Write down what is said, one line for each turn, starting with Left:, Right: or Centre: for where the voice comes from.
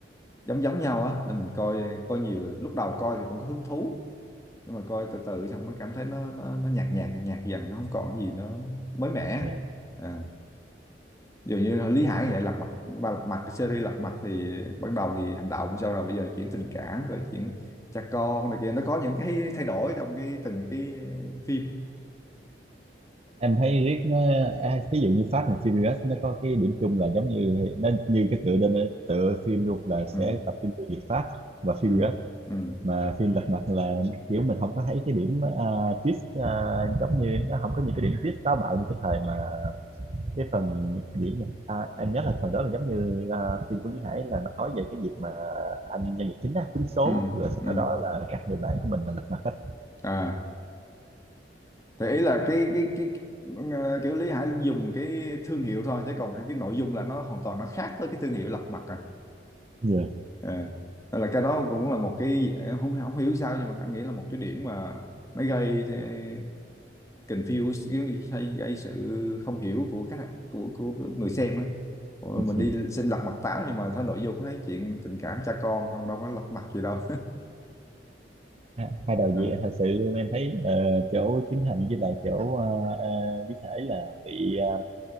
Left: giống giống nhau á nên mình coi coi nhiều lúc đầu coi thì cũng có hứng thú nhưng mà coi từ từ xong mới cảm thấy nó nó nó nhạt nhạt nhạt dần nó không còn gì nó mới mẻ
Right: Yeah.
Left: à dường như hồi Lý Hải vậy lật mặt ba lật mặt cái series lật mặt thì ban đầu thì hành động sau rồi bây giờ chuyển tình cảm rồi chuyển cha con này kia nó có những cái thay đổi trong cái từng cái phim
Right: em thấy riết nó à, ví dụ như Fast and Furious nó có cái điểm chung là giống như nó như cái tựa đơn tựa phim luôn là
Left: ừ
Right: sẽ tập trung vào việc Fast và Furious
Left: ừ ừ
Right: mà phim Lật Mặt là kiểu mình không có thấy cái điểm uh, twist ờ, giống như nó không có những cái điểm twist táo bạo như cái thời mà cái phần diễn này, à, em nhớ là phần đó là giống như à, phim của Lý Hải là nói về cái việc mà anh nhân vật chính á trúng số
Left: ừ
Right: rồi
Left: ừ
Right: sau đó là các người bạn của mình là lật mặt hết
Left: à thì ý là cái cái cái, ờ, kiểu Lý Hải dùng cái thương hiệu thôi chứ còn cái, cái nội dung là nó hoàn toàn nó khác với cái thương hiệu lật mặt à
Right: Dạ.
Left: à, nên là cái đó cũng là một cái không không hiểu sao nhưng mà anh nghĩ là một cái điểm mà nó gây eh, confuse gây, gây gây sự không hiểu của khách của, của, của người xem á Ôi, mình
Right: yeah.
Left: đi xem lật mặt táo nhưng mà thấy nội dung thấy chuyện tình cảm cha con không đâu có lật mặt gì đâu
Right: Ha- hai đạo
Left: <laughs> à,
Right: diễn à, thật sự luôn em thấy ờ, chỗ chính hành với lại chỗ ờ, ờ, Lý Hải là bị ờ,